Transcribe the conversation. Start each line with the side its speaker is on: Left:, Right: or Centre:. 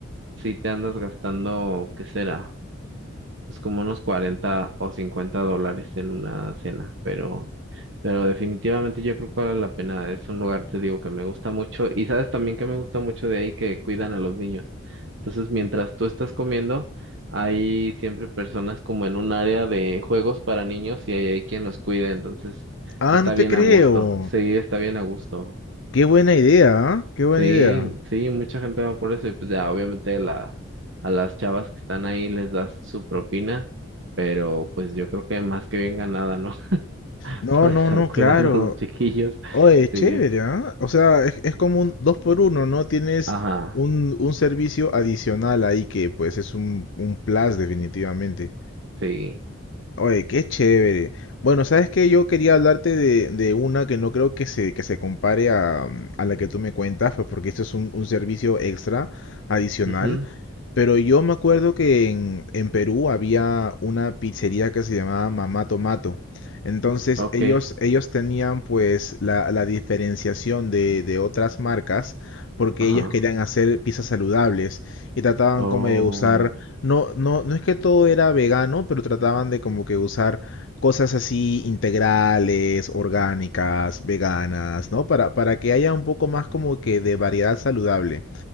Right: sí te andas gastando, ¿qué será? pues como unos 40 o 50 dólares en una cena, pero, pero definitivamente yo creo que vale la pena. Es un lugar, te digo, que me gusta mucho. Y sabes también que me gusta mucho de ahí que cuidan a los niños. Entonces, mientras tú estás comiendo, hay siempre personas como en un área de juegos para niños y hay, hay quien los cuida. Entonces,
Left: Ah,
Right: está
Left: no te
Right: bien
Left: creo.
Right: a gusto. Sí, está bien a gusto.
Left: Qué buena idea, ¿ah? Qué buena
Right: Sí,
Left: idea.
Right: sí, mucha gente va por eso y pues ya obviamente la, a las chavas que están ahí les das su propina, pero pues yo creo que más que bien ganada, ¿no? <laughs>
Left: No,
Right: Por
Left: no,
Right: estar
Left: no,
Right: cuidando
Left: claro.
Right: a los chiquillos.
Left: Oye, chévere,
Right: Sí,
Left: ¿ah? O sea, es, es como un dos por uno, ¿no? Tienes
Right: ajá,
Left: un, un servicio adicional ahí que pues es un, un plus definitivamente.
Right: sí,
Left: Oye, qué chévere. Bueno, sabes que yo quería hablarte de, de una que no creo que se, que se compare a, a la que tú me cuentas, pues porque esto es un, un servicio extra adicional.
Right: mhm,
Left: Pero yo me acuerdo que en, en Perú había una pizzería que se llamaba Mamá Tomato. Entonces
Right: ok,
Left: ellos, ellos tenían pues la, la diferenciación de, de otras marcas porque
Right: ajá,
Left: ellos querían hacer pizzas saludables y trataban
Right: oh,
Left: como de usar, no, no, no es que todo era vegano, pero trataban de como que usar cosas así integrales, orgánicas, veganas, ¿no? Para, para que haya un poco más como que de variedad saludable.